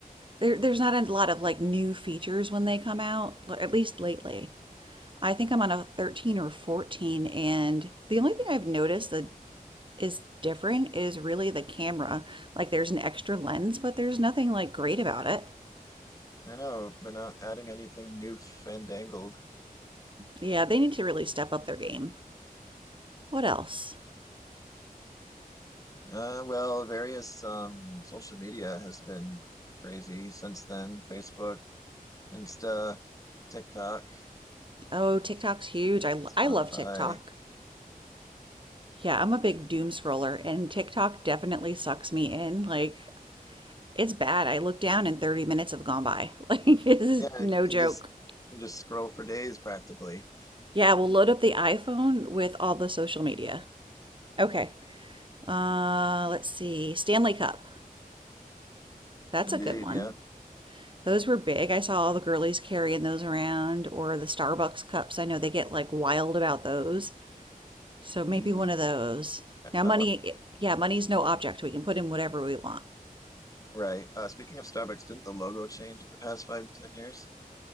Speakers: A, on the right (about 35°); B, on the left (about 20°).
A: there there's not a lot of like new features when they come out, l- at least lately. I think I'm on a 13 or 14 and the only thing I've noticed the is different is really the camera. Like, there's an extra lens, but there's nothing, like, great about it.
B: I know they're not adding anything new fandangled.
A: Yeah, they need to really step up their game. What else?
B: Uh, well, various um, social media has been crazy since then. Facebook, Insta, TikTok,
A: Oh, TikTok's huge. I
B: Spotify.
A: I love TikTok. Yeah, I'm a big doom scroller, and TikTok definitely sucks me in. Like, it's bad. I look down and 30 minutes have gone by. <laughs> Like, it's
B: Yeah,
A: no
B: you can
A: joke.
B: just you can just scroll for days practically.
A: Yeah, we'll load up the iPhone with all the social media. Okay. Uh, let's see. Stanley Cup. That's
B: Indeed,
A: a good one.
B: yeah.
A: Those were big. I saw all the girlies carrying those around, or the Starbucks cups. I know they get like wild about those. So maybe
B: Mm.
A: one of those.
B: I,
A: Now,
B: I
A: money,
B: want
A: yeah, money's no object. We can put in whatever we want.
B: right. Uh, speaking of Starbucks, didn't the logo change in the past five to ten years?